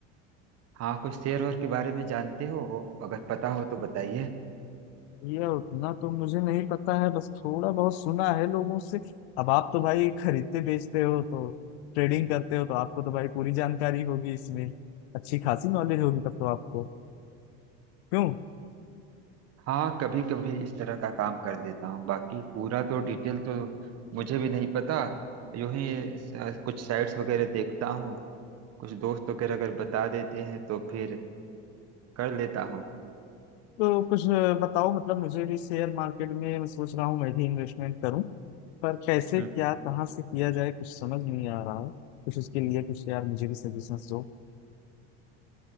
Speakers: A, on the right; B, on the left.
A: हाँ कुछ शेयर वेयर के बारे में जानते हो हो अगर पता हो तो बताइए
B: भैया उतना तो मुझे नहीं पता है बस थोड़ा बहुत सुना है लोगों से अब आप तो भाई खरीदते बेचते हो तो ट्रेडिंग करते हो तो आपको तो भाई पूरी जानकारी होगी इसमें अच्छी खासी नॉलेज होगी तब तो आपको क्यों
A: हाँ कभी कभी इस तरह का काम कर देता हूँ बाकी पूरा तो डिटेल तो मुझे भी नहीं पता यूं ही स- कुछ साइट्स वगैरह देखता हूँ कुछ दोस्त वगैरह अगर बता देते हैं तो फिर कर लेता हूँ
B: तो कुछ बताओ मतलब मुझे भी शेयर मार्केट में मैं सोच रहा हूँ मैं भी इन्वेस्टमेंट करूँ पर कैसे
A: हम्म
B: क्या
A: हम्म।
B: कहाँ से किया जाए कुछ समझ नहीं आ रहा है कुछ उसके लिए कुछ यार मुझे भी सजेशंस दो